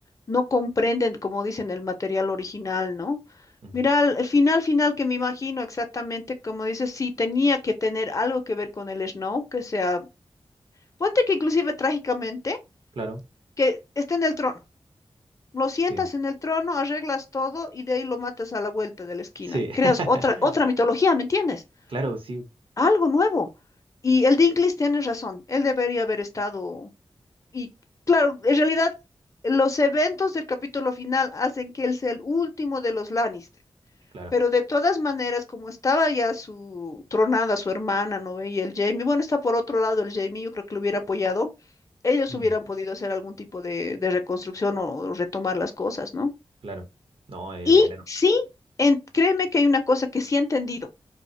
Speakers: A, on the left (about 30°); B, on the right (about 60°).
A: no comprenden, como dicen, el material original, ¿no?
B: ujú,
A: Mira, el el final final que me imagino exactamente, como dices, sí tenía que tener algo que ver con el Snow, que sea, ponte que inclusive trágicamente
B: Claro.
A: que esté en el trono. Lo sientas
B: Sí,
A: en el trono, arreglas todo y de ahí lo matas a la vuelta de la esquina
B: sí.
A: y creas
B: <laughs>
A: otra, otra mitología, ¿me entiendes?
B: Claro, sí,
A: Algo nuevo. Y el Dinklage tiene razón, él debería haber estado. Y claro, en realidad los eventos del capítulo final hacen que él sea el último de los Lannister.
B: claro.
A: Pero de todas maneras, como estaba ya su tronada, su hermana, ¿no? ve? Y el Jamie, bueno, está por otro lado el Jamie, yo creo que lo hubiera apoyado. Ellos
B: Mm.
A: hubieran podido hacer algún tipo de, de reconstrucción o retomar las cosas, ¿no?
B: Claro. No, el,
A: Y
B: el héroe.
A: sí, en- créeme que hay una cosa que sí he entendido.